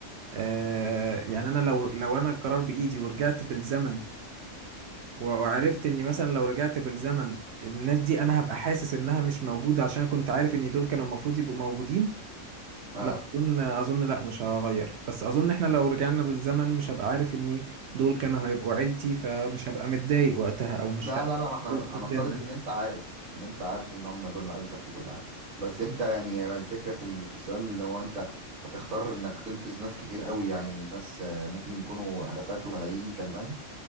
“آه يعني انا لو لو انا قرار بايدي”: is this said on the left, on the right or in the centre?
Right